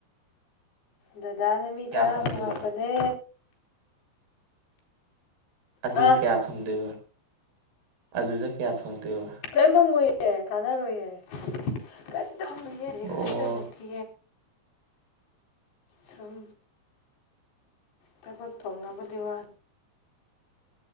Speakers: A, on the left; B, on the right.
A: ꯗꯗꯥꯅ ꯃꯤ
B: ꯀꯌꯥ
A: ꯇꯔꯥꯃꯨꯛ
B: ꯐꯪꯗꯣꯏꯕ
A: ꯍꯥꯞꯄꯅꯦ
B: ꯑꯗꯨ
A: ꯍꯥ
B: ꯀꯌꯥ ꯐꯪꯗꯦꯕ ꯑꯗꯨꯗ ꯀꯌꯥ ꯐꯪꯗꯦꯕ
A: ꯀꯔꯤꯄꯝ ꯑꯣꯏꯦ ꯀꯅꯔ ꯑꯣꯏꯌꯦꯦ ꯔꯔꯤꯐ꯭ꯔꯦꯁꯔꯕꯇ
B: ꯑꯣ
A: ꯁꯨꯝ ꯊꯕꯛ ꯇꯧꯅꯕꯗꯤ ꯋꯥꯅꯤ